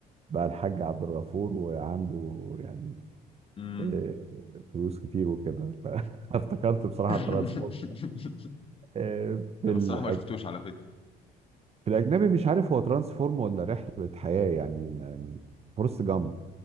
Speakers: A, on the right; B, on the left.
A: بقى الحاج عبد الغفور وعنده يعني
B: امم
A: اه، فلوس كتير وكده فافتكرت <laughs> بصراحه
B: <laughs>
A: ترانسفورم اه، في
B: انا
A: الأج...
B: الصراحه ما شفتوش على فكره
A: في الاجنبي مش عارف هو ترانسفورم ولا رحله حياه يعني يعني فورست جامب